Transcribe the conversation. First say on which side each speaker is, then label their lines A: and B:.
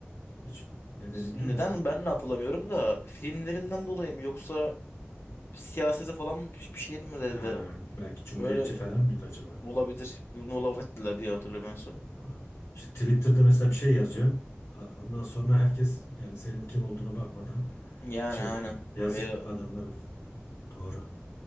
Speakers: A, on the left (about 80°); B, on the left (about 65°).
A: Hiç nedeni
B: Neden
A: biliyor musun?
B: ben de hatırlamıyorum da filmlerinden dolayı mı yoksa siyasete falan mı bir bir şey mi dedi.
A: Ha, belki Cumhuriyetçi
B: Öyle
A: falan mıydı acaba?
B: olabilir. Bunu laf ettiler diye hatırlıyorum en son.
A: Ha. İşte Twitter'da mesela bir şey yazıyorsun. A- Ondan sonra herkes yani senin kim olduğuna bakmadan
B: Yani
A: şey
B: aynen.
A: yapıyor. Yazık
B: Ve-
A: adamlar doğru.